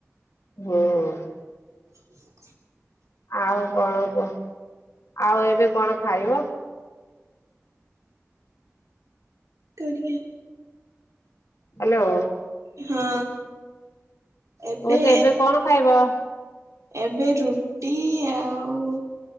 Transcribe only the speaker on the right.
<inaudible>
କରିିଆ
ହଁ ଏବେ
ଏବେ
ଏବେ ରୁଟି ଆଉ